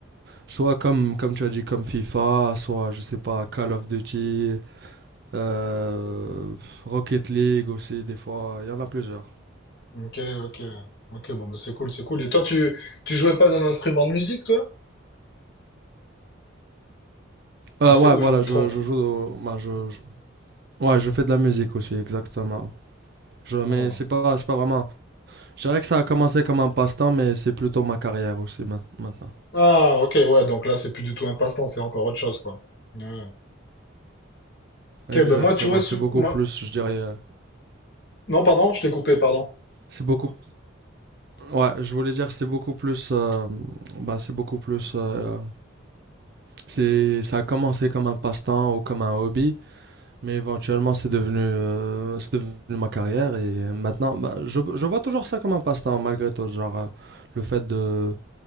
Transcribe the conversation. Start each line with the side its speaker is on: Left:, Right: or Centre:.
Right: soit comme, comme tu as dit, comme FIFA, soit, je sais pas, Call of Duty, euh, Rocket League aussi, des fois, il y en a plusieurs.
Left: Ok, ok. Ok, bon, bah, c'est cool, c'est cool. Et toi, tu, tu jouais pas d'un instrument de musique, toi?
Right: Euh,
Left: Ou c'est,
Right: ouais,
Left: ou
Right: voilà,
Left: je me trompe?
Right: je, je joue, au- ben je, je- ouais, je fais de la musique aussi, exactement. Je, mais
Left: Ah.
Right: c'est pas, c'est pas vraiment, je dirais que ça a commencé comme un passe-temps, mais c'est plutôt ma carrière aussi, ma- maintenant.
Left: Ah, ok, ouais, donc là, c'est plus du tout un passe-temps, c'est encore autre chose, quoi. Ouais. Ok,
Right: Exactement,
Left: ben moi, tu vois, sou-
Right: c'est beaucoup
Left: moi-
Right: plus, je dirais, euh,
Left: non, pardon, je t'ai coupé, pardon.
Right: C'est beaucoup. Ouais, je voulais dire, c'est beaucoup plus. euh, ben, c'est beaucoup plus. euh, c'est, ça a commencé comme un passe-temps ou comme un hobby, mais éventuellement, c'est devenu, euh, c'est devenu ma carrière. Et maintenant, ben, je, je vois toujours ça comme un passe-temps, malgré tout. Genre, euh, le fait de,